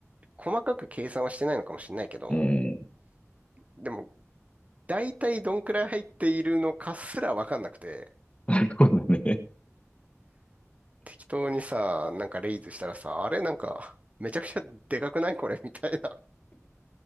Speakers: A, on the right; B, on the left.
A: 細かく計算はしてないのかもしれないけど、
B: うん。
A: でも、大体どんくらい入っているのかすらわかんなくて、
B: なるほどね。
A: 適当にさ、なんかレイズしたらさ、あれなんか、めちゃくちゃでかくないこれみたいな。